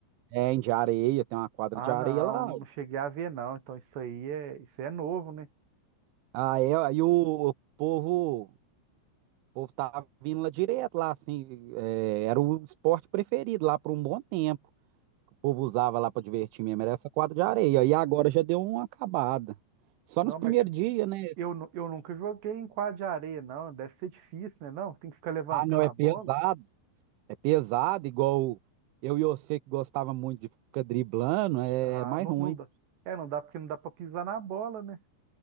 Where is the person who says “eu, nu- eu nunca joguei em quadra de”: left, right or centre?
Right